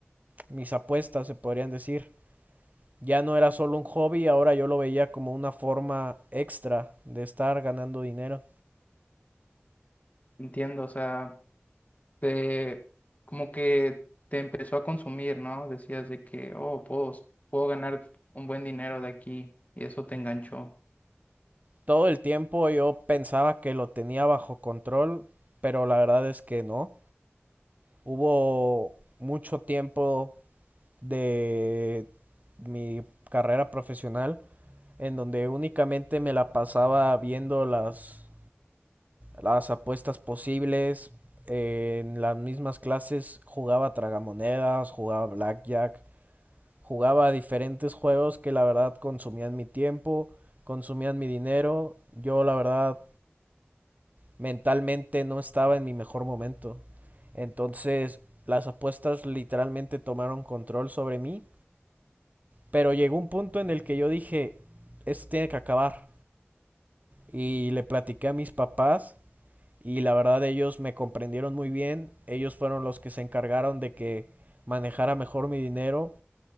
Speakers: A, on the right (about 40°); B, on the left (about 35°).
A: mis apuestas, se podrían decir. Ya no era solo un hobby, ahora yo lo veía como una forma extra de estar ganando dinero.
B: entiendo, o sea, te, como que te empezó a consumir, ¿no? Decías de que, oh, puedo, puedo ganar un buen dinero de aquí y eso te enganchó.
A: Todo el tiempo yo pensaba que lo tenía bajo control, pero la verdad es que no. Hubo mucho tiempo de mi carrera profesional en donde únicamente me la pasaba viendo las, las apuestas posibles. eh, en las mismas clases jugaba tragamonedas, jugaba blackjack, jugaba diferentes juegos que la verdad consumían mi tiempo, consumían mi dinero. Yo la verdad mentalmente no estaba en mi mejor momento. Entonces, las apuestas literalmente tomaron control sobre mí, pero llegó un punto en el que yo dije, esto tiene que acabar. Y le platiqué a mis papás y la verdad ellos me comprendieron muy bien, ellos fueron los que se encargaron de que manejara mejor mi dinero.